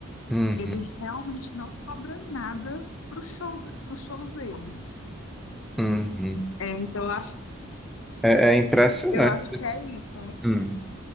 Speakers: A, in the centre; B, on the left.
A: uhum,
B: Ele realmente não cobra nada pro show, pros shows dele.
A: uhum.
B: É, então eu acho,
A: É, é impressionante.
B: eu acho que
A: assim.
B: é isso.
A: Hum.